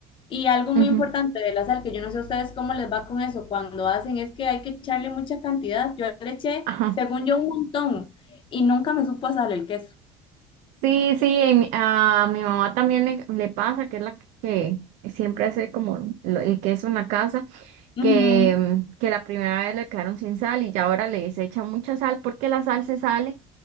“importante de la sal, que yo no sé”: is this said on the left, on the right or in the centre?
Left